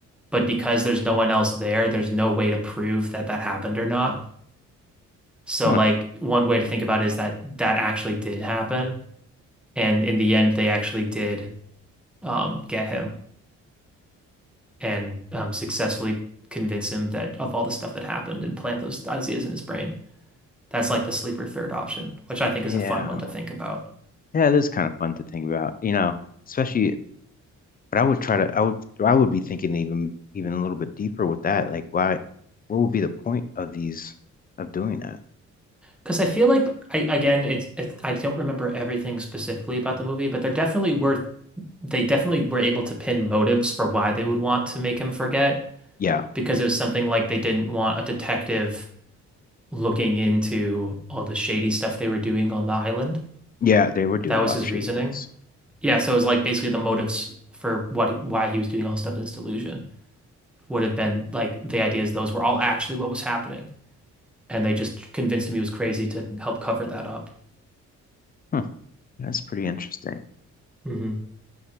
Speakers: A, in the centre; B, on the left.
A: But because there's no one else there, there's no way to prove that that happened or not. So
B: Huh.
A: like one way to think about it is that that actually did happen, and in the end, they actually did um, get him and um, successfully convince him that of all the stuff that happened and plant those ideas in his brain. That's like the sleeper third option, which I think is
B: Yeah.
A: a fun one to think about.
B: Yeah, it is kind of fun to think about, you know, especially, but I would try to, I would, I would be thinking even, even a little bit deeper with that. Like, why, what would be the point of these, of doing that?
A: Because I feel like I again, it's, it's I don't remember everything specifically about the movie, but there definitely were they definitely were able to pin motives for why they would want to make him forget
B: Yeah.
A: because it was something like they didn't want a detective looking into all the shady stuff they were doing on the island.
B: Yeah. They were doing
A: That was
B: a lot
A: his
B: of shady
A: reasoning.
B: things.
A: Yeah, so it was like basically the motives for what why he was doing all this stuff in his delusion would have been like the ideas those were all actually what was happening. And they just convinced him he was crazy to help cover that up.
B: Huh. That's pretty interesting.
A: Mhm.